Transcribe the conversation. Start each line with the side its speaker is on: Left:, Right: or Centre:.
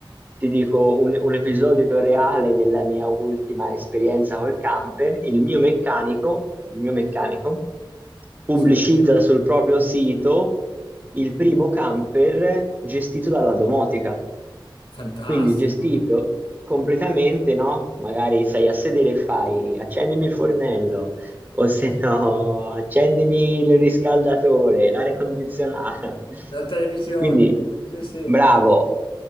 Right: Ti dico un, un episodio reale della mia ultima esperienza col camper. Il mio meccanico, il mio meccanico pubblicizza
Left: Sì,
Right: sul proprio sito il primo camper gestito dalla domotica.
Left: fantastico.
Right: Quindi gestito completamente, no? Magari sei a sedere e fai accendimi il fornello, o se no, accendimi il riscaldatore, l'aria condizionata.
Left: La televisione,
Right: Quindi,
Left: sì, sì.
Right: bravo,